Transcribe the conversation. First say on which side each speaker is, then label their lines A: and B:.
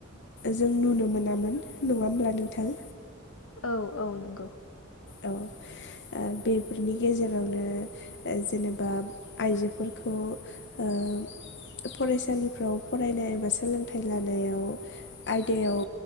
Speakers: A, on the left (about 60°); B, on the left (about 80°).
A: जों नुनो मोनामोन नङा होमब्ला नोंथां?
B: औ औ नोंगौ।
A: औ। ओ बेफोरनि गेजेरावनो ओ जेनोबा आइजोफोरखौ ओ फरायसालिफ्राव फरायनाय एबा सोलोंथाइ लानायाव आयदायाव